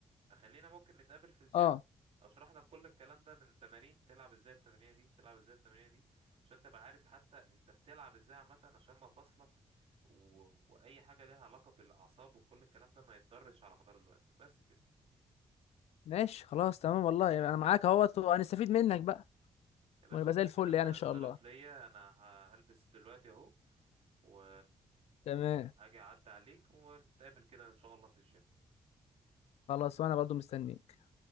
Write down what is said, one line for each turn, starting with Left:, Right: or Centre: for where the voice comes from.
Right: خلينا ممكن نتقابل في الجيم
Left: اه
Right: اشرح لك كل الكلام ده من تمارين تلعب ازاي التمرينه دي تلعب ازاي التمرينه دي عشان تبقى عارف حتى انت بتلعب ازاي عامه عشان ما فصلك و... واي حاجه ليها علاقه بالاعصاب وكل الكلام ده ما يتضرش على مدار الوقت بس كده
Left: ماشي خلاص تمام والله يعني انا معاك اهوت وهنستفيد منك بقى
Right: يا باشا
Left: ونبقى
Right: كده
Left: زي الفل
Right: كده انا
Left: يعني ان شاء
Right: شرف
Left: الله
Right: ليا انا ه- هلبس دلوقتي اهو و
Left: تمام
Right: هاجي اعدي عليك ونتقابل كده ان شاء الله في الجيم
Left: خلاص وانا برضه مستنيك